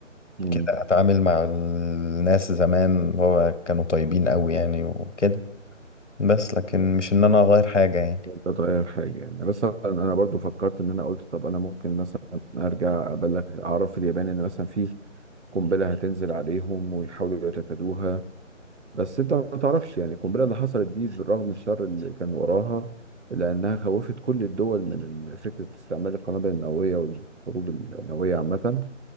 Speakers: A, on the right; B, on the left.
A: مم.
B: كده اتعامل مع الناس زمان اللي هو كانوا طيبين قوي يعني وكده بس لكن مش ان انا اغير حاجة يعني
A: أنت تغير حاجة يعني مثلا أنا برضو فكرت إن أنا قلت طب أنا ممكن مثلا أرجع أبلغ أعرف اليابان إن مثلا في قنبلة هتنزل عليهم ويحاولوا يتفادوها بس أنت ما تعرفش يعني القنبلة اللي حصلت دي بالرغم من الشر اللي كان وراها لأنها خوفت كل الدول من فكرة استعمال القنابل النووية والحروب النووية عامة